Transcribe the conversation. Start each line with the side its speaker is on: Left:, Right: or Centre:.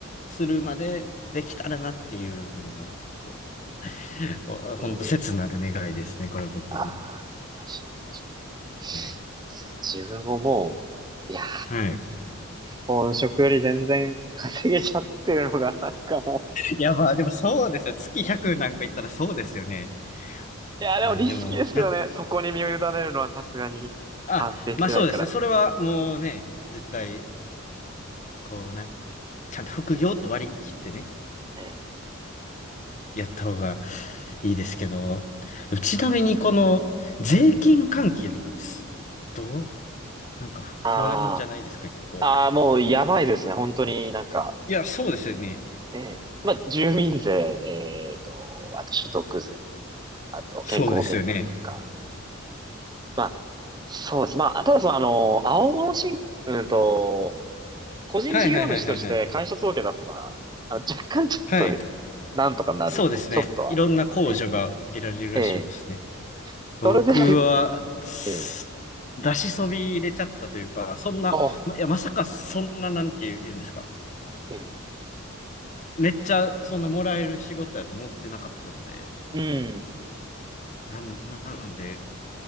Left: するまでできたらなっていうのが結構、本ほんと切なる願いですね、
Right: そうですね。
Left: これ僕の。
Right: ああ、確かに確かに。
Left: はい。
Right: そう自分ももう、いやー、
Left: はい。
Right: 本職より全然稼げちゃってるのが、なんかも
Left: いや、まあでもそうですよ。月100なんか言ったらそうですよね。
Right: う。いやー、でもリスキーですけどね、
Left: あ、でも、な、
Right: そこに身を委ねるのはさすがに安定してないから。
Left: あ、まあそうですね。それはもうね、絶対、こう、なん、ちゃんと副業と割り切ってね、
Right: ええ。
Left: やった方がいいですけど、ちなみにこの税金関係とかってす、どう、なんかふ不安じゃないですか、
Right: あ
Left: 結構。
Right: あ、ああ、もうやばいですね、本当になんか。
Left: いや、そうですよね。
Right: ええまあ、住民税、えっと、あと所得税、あと健康保険料とか、
Left: そうですよね。
Right: まあ、そうです。まあ、ただその、あの、青物申告、うんと、個人事業主として会社届け出せば、
Left: はいはいはいはいはい。
Right: あの若干ちょっと、
Left: はい。
Right: なんとかなるんで、
Left: そうですね。
Right: ちょっとは。
Left: いろんな控除が受けられるらしいですね。
Right: ええええ
Left: 僕は、
Right: それで、<laughs>
Left: す出しそび入れちゃったというか、
Right: ええ
Left: そんな、
Right: あ、
Left: ま、いや、まさかそんな、なんていう言うんですか。
Right: ええ
Left: めっちゃ、そんなもらえる仕事やと思ってなかったので、
Right: うん、
Left: なん、なんで、